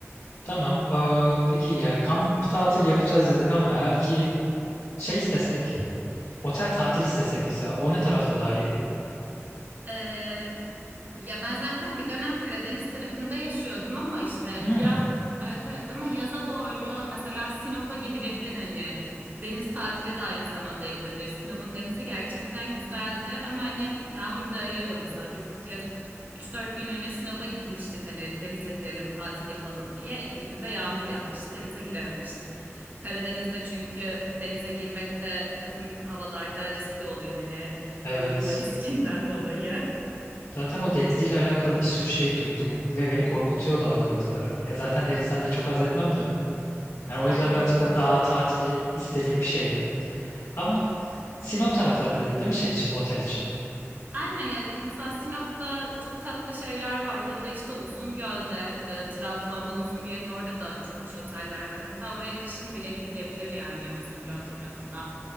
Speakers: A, on the left (about 70°); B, on the right (about 35°).
A: Tamam. Ee, peki ya kamp tatil yapacağız dedik ama eğer ki şey istesek, otel tatil istesek mesela o ne tarafta daha iyi?
B: Ee, Ya ben zaten bir dönem Karadeniz tarafında yaşıyordum ama işte
A: Hmm,
B: yaz evet evet ama yaza doğru mesela Sinop'a gidilebilir hani deniz tatili de aynı zamanda yapılabilir. Sinop'un denizi gerçekten güzeldi ama hani yağmur da yağıyor mesela biz bir kez üç dört günlüğüne Sinop'a gitmiştik hani denize girelim tatil yapalım diye. iki gününde yağmur yağmış denize girememiştik. Karadeniz'de çünkü denize girmek de kötü havalarda riskli oluyor hani
A: evet.
B: boğulma <laughs> riskinden dolayı.
A: Zaten o deniziyle alakalı bir sürü şey duydum ve beni korkutuyordu akıntıları. Ya zaten denizden de çok haz etmem de. Yani o
B: Aynen.
A: yüzden birazcık da dağ tatili istediğim bir şeydi. Ama Sinop tarafları dedin değil mi şey için, otel için?
B: Aynen ya mesela Sinop'ta çok tatlı şeyler var ya da işte Uzungöl'de e, Trabzon'da Uzungöl'ün orada da çok hoş oteller var. Hatta oraya kışın bile gidilebilir yani Uzungöl tarafına.